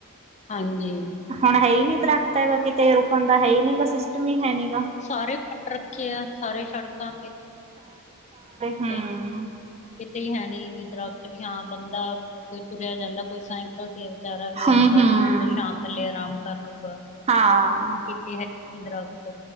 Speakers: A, on the left; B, on the right.
A: ਹਾਂਜੀ
B: ਹੁਣ ਹੈ ਹੀ ਨੀ ਦਰੱਖ਼ਤ ਹੈਗਾ ਕਿਤੇ ਰੁਕਣ ਦਾ ਹੈ ਹੀ ਨਹੀਂ ਗਾ ਸਿਸਟਮ ਹੀ ਹੈ ਨੀ ਗਾ
A: ਸਾਰੇ ਕੱਟ ਰੱਖੇ ਆ ਸਾਰੇ ਸੜਕਾਂ ਤੇ
B: ਹਮ
A: ਗਿਆ। ਕਿਤੇ ਹੈ ਨੀ ਵੀ ਦਰਖਤ ਵੀ ਹਾਂ ਬੰਦਾ ਕੋਈ ਤੁਰਿਆ ਜਾਂਦਾ ਕੋਈ ਸਾਇਂਕਲ ਵਿਚਾਰਾ ਵੀ ਹਾਂ
B: ਹੂੰ
A: ਦਸ
B: ਹੂੰ
A: ਮਿੰਟ ਛਾਂ ਥੱਲੇ ਆਰਾਮ ਕਰ ਲੂਗਾ
B: ਹਾਂ
A: ਕਿਤੇ ਹੈ ਹੀ ਨੀ ਦਰਖ਼ਤ